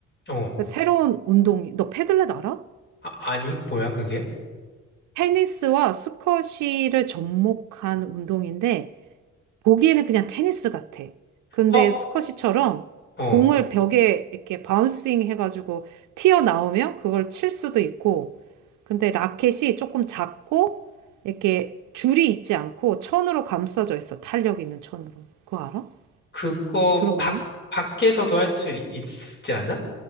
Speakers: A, on the left; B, on the right.
A: 어.
B: 그 새로운 운동이, 너 패들렛 알아?
A: 아, 아니, 뭐야, 그게?
B: 테니스와 스쿼시를 접목한 운동인데 보기에는 그냥 테니스 같아. 근데
A: 어,
B: 스쿼시처럼
A: 어.
B: 공을 벽에 이렇게 바운싱 해가지고 튀어나오면 그걸 칠 수도 있고, 근데 라켓이 조금 작고, 이렇게 줄이 있지 않고 천으로 감싸져 있어. 탄력 있는 천으로. 그거 알아?
A: 그거
B: 들어봤니?
A: 밖, 밖에서도 할 수 있지 않아?